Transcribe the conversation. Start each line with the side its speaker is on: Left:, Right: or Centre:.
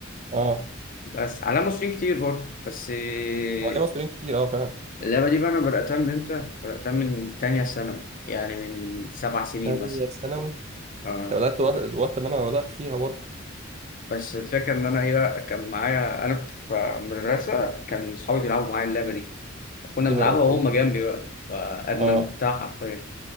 Right: اه
Left: بس على مصريين كتير برضه بس آه،
Right: هو ليه مصريين كتير اه فعلا
Left: اللعبه دي بقى انا بداتها من امتى بداتها من تانية ثانوي يعني من سبع سنين
Right: ثانيه
Left: مثلا
Right: ثانوي انت
Left: اه
Right: بدات وقت وقت ما انا بدات فيها برضه
Left: بس الفكره ان انا ايه كان معايا انا كنت في مدرسه كان اصحابي بيلعبوا معايا اللعبه دي كنا
Right: كنت بتهرب
Left: بنلعبها وهم جنبي بقى فادمنتها
Right: اه
Left: حرفيا